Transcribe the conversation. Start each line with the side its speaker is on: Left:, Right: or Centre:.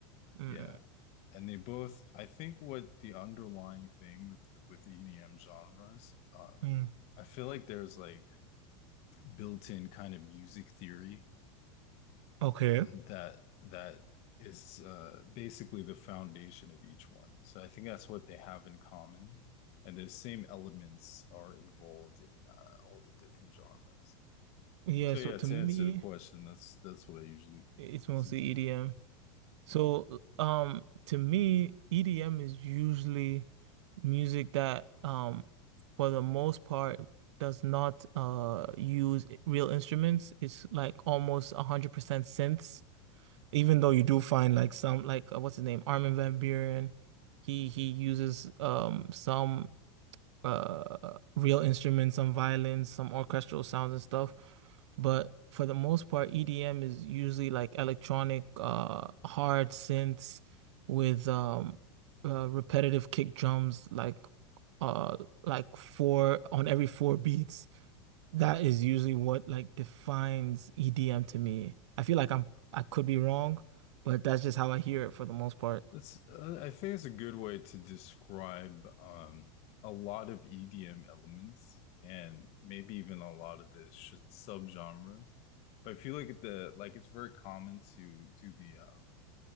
Right: mm.
Left: Yeah. And they both, I think what the underlying thing with with EDM genres, um,
Right: mm.
Left: I feel like there's like built-in kind of music theory
Right: Okay.
Left: that that is uh, basically the foundation of each one. So I think that's what they have in common. And the same elements are involved in uh, all the different genres.
Right: Yeah,
Left: So
Right: so
Left: yeah,
Right: to
Left: to
Right: me,
Left: answer the question, that's that's what I usually
Right: it's
Left: listen
Right: mostly
Left: to.
Right: EDM. So,
Left: Yeah.
Right: um, to me, EDM is usually music that, um, for the most part, does not uh use real instruments. It's like almost 100% synths, even though you do find like some like uh, what's his name, Armin van Buuren. He he uses um some uh real instruments, some violins, some orchestral sounds and stuff. But for the most part, EDM is usually like electronic uh hard synths with um uh, repetitive kick drums like uh like four on every four beats. That is usually what like defines EDM to me. I feel like I'm I could be wrong, but that's just how I hear it for the most part.
Left: That's uh, I think it's a good way to describe um, a lot of EDM elements and maybe even a lot of the sh subgenres. But if you look at the like, it's very common to do the um,